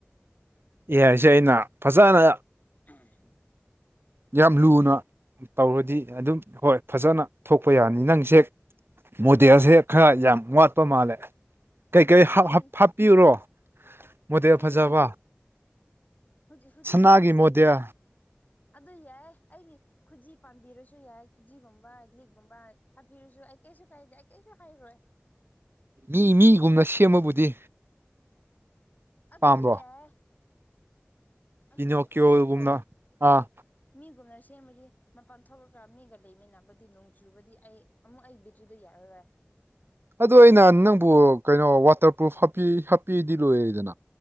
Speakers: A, on the right; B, on the left.
A: ꯑꯦ ꯑꯥꯏꯁꯤ ꯑꯩꯅ ꯐꯖꯅ
B: ꯎꯝ
A: ꯌꯥꯝ ꯂꯨꯅ ꯇꯧꯔꯗꯤ ꯑꯗꯨꯝ ꯍꯣꯏ ꯐꯖꯅ ꯊꯣꯛꯄ ꯌꯥꯅꯤ ꯅꯪꯁꯦ ꯃꯣꯗꯦꯜꯁꯦ ꯈꯔ ꯌꯥꯝ ꯋꯥꯠꯄ ꯃꯥꯜꯂꯦ ꯀꯩꯀꯩ
B: ꯑꯁ ꯀꯔꯤ
A: ꯍꯥꯞꯄꯤꯌꯨꯔꯣ ꯃꯣꯗꯦꯜ
B: ꯎꯝ
A: ꯐꯖꯕ
B: ꯍꯧꯖꯤꯛ ꯍꯧꯖꯤꯛꯁꯦ
A: ꯁꯅꯥꯒꯤ
B: ꯑꯩꯁꯦ
A: ꯃꯣꯗꯦꯜ
B: ꯑꯗꯨ ꯌꯥꯏ ꯑꯩꯒꯤ ꯈꯨꯖꯤ ꯄꯥꯟꯕꯤꯔꯁꯨ ꯌꯥꯏ ꯈꯨꯖꯤꯒꯨꯝꯕ ꯏꯂꯤꯛꯒꯨꯝꯕ ꯍꯥꯞꯄꯤꯔꯁꯨ ꯑꯩ ꯀꯩꯁꯨ ꯀꯥꯏꯗꯦ ꯀꯩꯁꯨ ꯍꯥꯏꯔꯣꯏ
A: ꯃꯤ ꯃꯤꯒꯨꯝꯅ ꯁꯦꯝꯕꯕꯨꯗꯤ
B: ꯑꯗꯨꯁꯨ
A: ꯄꯥꯝꯕ꯭ꯔꯣ
B: ꯌꯥꯏ ꯑꯗꯨꯕꯨ
A: ꯄꯤꯅꯣꯀꯤꯌꯣꯒꯨꯝꯅ
B: ꯑꯩꯁꯦꯀꯣ
A: ꯑꯥ
B: ꯃꯤꯒꯨꯝꯅ ꯁꯦꯝꯕꯗꯤ ꯃꯄꯥꯟ ꯊꯣꯛꯂꯒ ꯃꯤꯒ ꯂꯩꯃꯤꯟꯅꯕꯗꯤ ꯅꯣꯡ ꯆꯨꯕꯗꯤ ꯑꯩ ꯑꯃꯨꯛ ꯑꯩ ꯕꯤꯇ꯭ꯔꯤꯗꯣ ꯌꯥꯔꯔꯣꯏ <inaudible>
A: ꯑꯗꯨ ꯑꯩꯅ ꯅꯪꯕꯨ ꯀꯩꯅꯣ ꯋꯥꯇꯔ ꯄ꯭ꯔꯨꯐ ꯍꯥꯞꯄꯤꯔꯗꯤ ꯂꯣꯏꯔꯦꯗꯅ